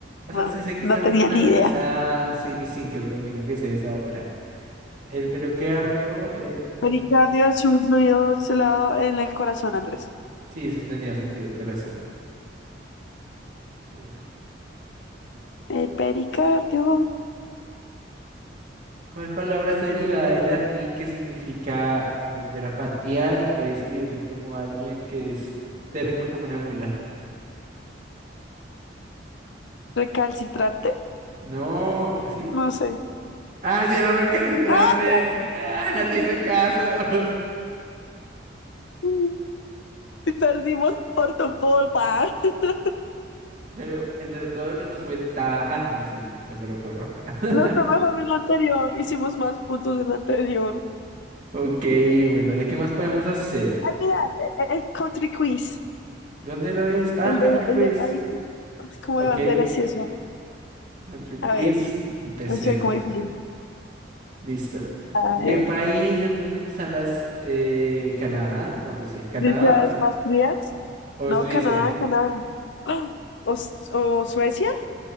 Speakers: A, on the right (about 40°); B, on the left (about 70°).
A: O sea,
B: no,
A: sí sé que
B: no
A: esto lo
B: tenía
A: protagoniza
B: ni idea.
A: Sadie Sink, que es lo único que sé de esa obra. El pero que ardió es un...
B: Pericardio es un fluido celado en el corazón, Andrés.
A: Sí, eso tenía sentido, el corazón. Bueno.
B: El pericardio
A: ¿Cuál palabra está derivada del latín que significa volver a patear y puede escribirse como alguien que es terco como una mula?
B: recalcitrante.
A: No, ¿sí?
B: No sé.
A: Ah, sí, era recalcitrante.
B: ¡Ay,
A: Ah, no te hice caso. <laughs>
B: no! Perdimos por tu culpa. <laughs>
A: Pero entre todo no nos fue tan... Ah, no, no, sí, eso fue la peor ronda. <laughs>
B: No fue mejor en la anterior. Hicimos más puntos en la anterior.
A: Ok, bueno, ¿de qué más podemos hacer?
B: Ay, mira, el, el- el country quiz.
A: ¿Dónde lo ves? Ah,
B: El
A: el Country
B: de,
A: Quiz.
B: el de, ay, como
A: Ok,
B: de banderas y eso.
A: Country Quiz,
B: A ver,
A: empecemos.
B: no sé cómo difícil.
A: Listo.
B: A
A: ¿En qué
B: ver,
A: país del mundo están las... eh, Canadá o Rusia? ¿Canadá
B: ¿de ciudades
A: o Rusia?
B: más frías?
A: ¿O
B: No,
A: Suiza?
B: Canadá, Canadá. <gasps> ¡Ah! ¿O, S- o Suecia?